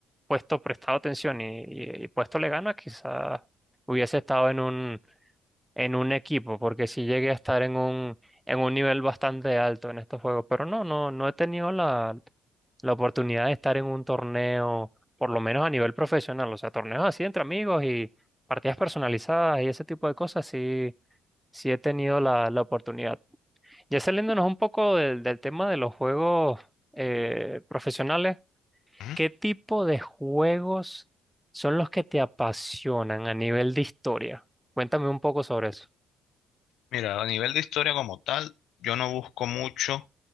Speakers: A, in the centre; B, on the left.
A: puesto prestado atención y, y- y puesto le ganas, quizás hubiese estado en un, en un equipo, porque sí llegué a estar en un, en un nivel bastante alto en estos juegos, pero no, no, no he tenido la, la oportunidad de estar en un torneo, por lo menos a nivel profesional, o sea, torneos así entre amigos y partidas personalizadas y ese tipo de cosas, sí, sí he tenido la, la oportunidad. Ya saliéndonos un poco del, del tema de los juegos eh, profesionales.
B: Ujú.
A: ¿Qué tipo de juegos son los que te apasionan a nivel de historia? Cuéntame un poco sobre eso.
B: Mira, a nivel de historia como tal, yo no busco mucho.